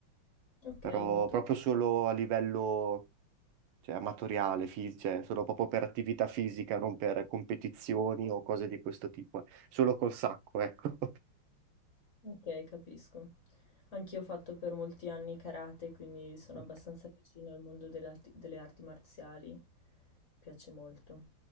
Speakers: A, on the left; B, on the right.
A: Okay,
B: però
A: molto
B: proprio solo a livello, cioè, amatoriale, fi- cioè, solo proprio per attività fisica, non per competizioni o cose di questo tipo, eh. Solo col sacco, ecco.
A: okay, capisco. Anch'io ho fatto per molti anni karate, quindi sono
B: <laughs>
A: abbastanza vicina al mondo delle arti delle arti marziali. Piace molto.